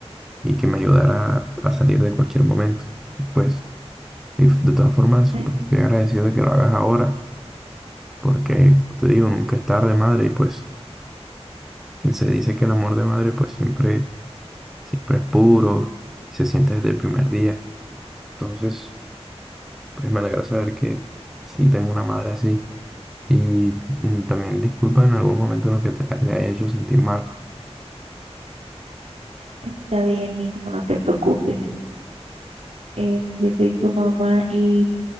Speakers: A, in the centre; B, on the right.
A: y que me ayudara a, a salir de cualquier momento. Y pues, y de todas formas,
B: <laughs> "Eh,
A: pues, estoy agradecido de que lo hagas ahora, porque, como te digo, nunca es tarde, madre, y pues, y se dice que el amor de madre, pues siempre, siempre es puro y se siente desde el primer día. Entonces... Pues me alegra saber que sí, tengo una madre así. Y mm, también disculpa en algún momento lo que te, te ha hecho sentir mal.
B: Está bien, hijo, no te preocupes. Eh, yo soy tu mamá y